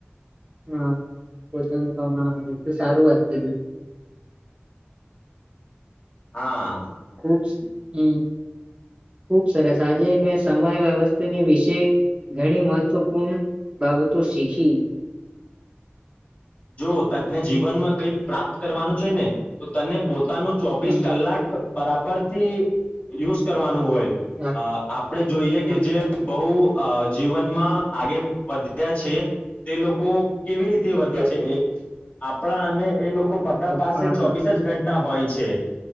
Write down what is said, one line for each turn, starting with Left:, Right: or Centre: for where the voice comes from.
Right: હા પોતાનું ક તો સારું વાત કીધું
Left: હા
Right: ખ હમ ખુબ સરસ આજે મેં સમય વ્યવસ્થાની વિશે ઘણી મહત્વપૂર્ણ બાબતો શીખી
Left: જો તને જીવનમાં કઈ પ્રાપ્ત કરવાનું છે ને તો તને પો પો ન ચોવીસ
Right: હમ
Left: કલાક બરાબર થી યુઝ કરવા નુ હોય
Right: હા
Left: આપણે જોઈએ
Right: હા
Left: કે જે બહુ અ જીવનમાં આગે વધ્યા છે તે લોકો કેવી રીતે વધ્યા એ આપણા અને એ લોકો બધા પાસે
Right: હા
Left: ચોવીસ જ ઘં ટા હોય છે.